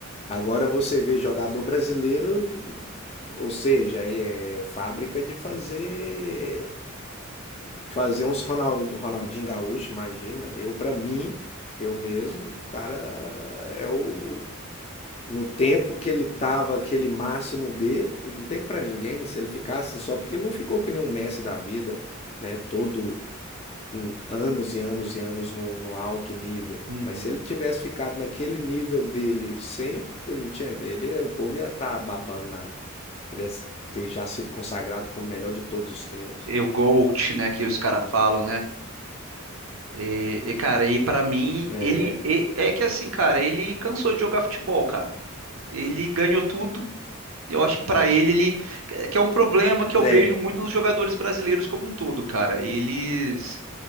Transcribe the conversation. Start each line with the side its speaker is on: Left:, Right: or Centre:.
Left: Agora você vê jogador brasileiro, ou seja, é fábrica de fazer fazer uns Ronald, Ronaldinho Gaúcho, imagina. Eu para mim, eu mesmo, o cara é o no tempo que ele tava aquele máximo dele, não tem pra ninguém. Se ele ficasse só porque ele não ficou que nem um Messi da vida, né? Todo Hum, anos e anos e anos no no alto nível.
Right: Uhum.
Left: Mas se ele tivesse ficado naquele nível dele sempre, ele não tinha- ele- o povo ia estar babando. na- Ele ia ter já sido consagrado como o melhor de todos os tempos.
Right: E o GOAT, né, que os caras falam, né? E, e, cara, e pra mim,
Left: É,
Right: ele e- é que assim, cara, ele cansou de jogar futebol, cara. Ele ganhou tudo. e Eu acho que pra ele, ele que é um problema que eu
Left: é,
Right: vejo muito nos jogadores brasileiros como um todo, cara. Eles